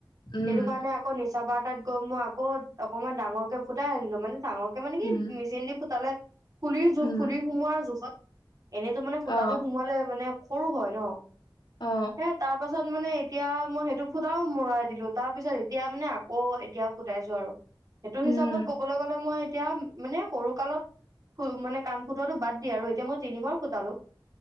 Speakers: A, on the left; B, on the right.
A: উম
B: সেইটো কাৰণে আকৌ নি নিচা বাৰ টাত গৈ মই আকৌ অকনমান ডাঙৰকে ফুটাই আনিলো মানে ডাঙৰকে মানে কি
A: উম
B: মেচিন দি ফুটালে ফুলিৰ জোখ
A: উম
B: ফুলি সোমোৱাৰ জোখত এনেইতো মানে সূতাটো
A: অ
B: সোমোৱালে মানে সৰু হয় ন
A: অ
B: সে তাৰ পাছত মানে এতিয়া মই সেইটো ফুটাও মৰাই দিলো তাৰ পিছত এতিয়া মানে আকৌ এতিয়া ফুটাইছো আৰু সেইটো
A: উম
B: হিচাপত ক'বলৈ গ'লে মই এতিয়া মানে সৰু কালত মানে কাণ ফুটোৱাটো বাদ দি আৰু এতিয়া মই তিনিবাৰ ফুটালো